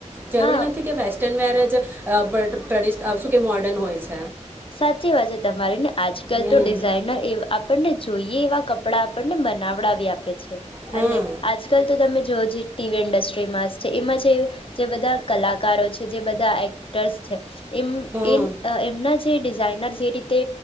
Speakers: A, on the right; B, on the left.
A: જરૂરી
B: હા
A: નથી કે વેસ્ટર્ન વેર જ બ <unintelligible> શું કે મોડર્ન હોય છે.
B: સાચી વાત છે તમારી ને આજકાલ
A: હમ
B: તો ડિઝાઇનર એ આપણને જોઈએ એવા કપડા. કપડાં આપણને બનાવડા આપ્યે છે.
A: હા
B: અને આજકાલ તો તમે જોઓ જે. ટીવી ઇન્ડસ્ટ્રીમાં છે એમાં જે જે બધા કલાકારો છે, જે બધા એક્ટર્સ છે તે એમ
A: હા
B: એ એમના જ. ડિઝાઇનર જે રીતે